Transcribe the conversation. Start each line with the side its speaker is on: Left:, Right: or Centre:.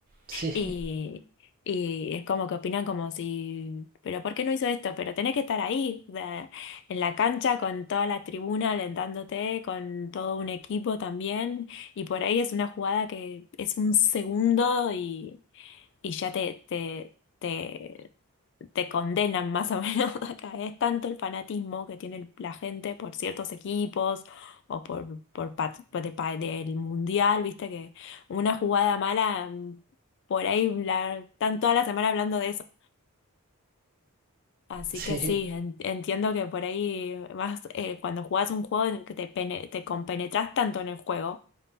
Right: Sí,
Left: Y,
Right: <laughs>
Left: y es como que opinan como si, pero ¿por qué no hizo esto? Pero tenés que estar ahí, o sea, en la cancha con toda la tribuna alentándote, con todo un equipo también. Y por ahí es una jugada que es un segundo y, y ya te, te, te te condenan más o <laughs> menos acá. Es tanto el fanatismo que tiene el- la gente por ciertos equipos o por, por, pa- por de pa- del mundial, viste que una jugada mala, mm, por ahí la, están toda la semana hablando de eso. Así
Right: sí,
Left: que sí, en- entiendo que por ahí más eh, cuando jugás un juego en el que te, pene- te compenetras tanto en el juego